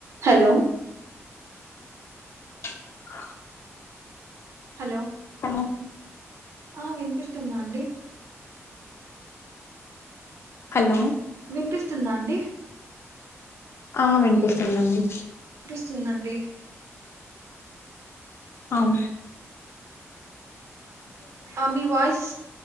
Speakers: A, on the right; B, on the left.
A: Hello
B: <inaudible>
A: hello
B: hello
A: ఆ వినిపిస్తుందా అండి
B: హలో
A: వినపిస్తుందా అండి
B: ఆ వినిపిస్ స్తుంది అండి
A: ఉందండి
B: అవునా
A: ఆ మీ వాయిస్